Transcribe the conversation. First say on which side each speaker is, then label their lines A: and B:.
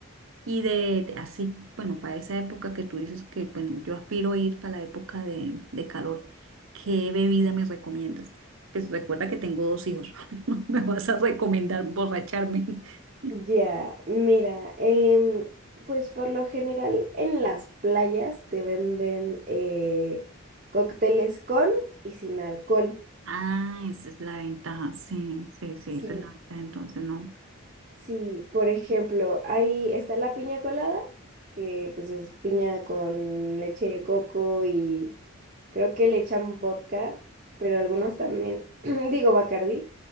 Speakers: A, on the right (about 65°); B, on the right (about 35°).
A: Y de, de así, bueno, para esa época que tú dices que, bueno, yo aspiro a ir para la época de, de calor, ¿qué bebida me recomiendas? Pues recuerda que tengo dos hijos, <laughs> no me vas a recomendar borracharme. <laughs>
B: Ya, mira, em, pues por lo general en las playas te venden eh, cócteles con y sin alcohol.
A: Ah, esa es la ventaja, sí, sí, sí,
B: Sí,
A: esa es la ventaja, entonces no.
B: Sí, por ejemplo, ahí está la piña colada, que pues es piña con leche de coco y creo que le echan vodka, pero algunos también, <clears throat> digo Bacardí,